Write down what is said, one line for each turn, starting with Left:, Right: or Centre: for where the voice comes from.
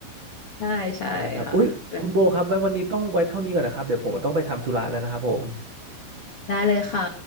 Left: ใช่ใช่ค่ะเป็น
Right: ได้ครับอุ้ยคุณโบครับไว้วันนี้ต้องไว้เท่านี้ก่อนนะครับเดี๋ยวผมต้องไปทำธุระแล้วนะครับผม
Left: ได้เลยค่ะ